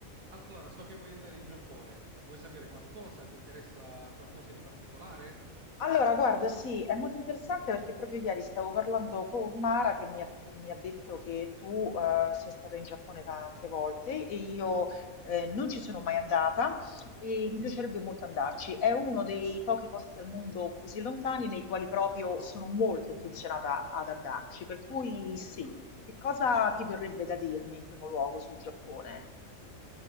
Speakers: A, on the right; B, on the left.
A: Allora, so che vuoi andare in Giappone. Vuoi sapere qualcosa? Ti interessa qualcosa in particolare?
B: Allora, guarda, sì, è molto interessante perché proprio ieri stavo parlando con Mara che mi ha, che mi ha detto che tu eh, sei stata in Giappone tante volte e io eh, non ci sono mai andata e mi piacerebbe molto andarci. È uno dei pochi posti al mondo così lontani nei quali proprio sono molto intenzionata ad andarci, per cui sì. Che cosa ti verrebbe da dirmi in primo luogo sul Giappone?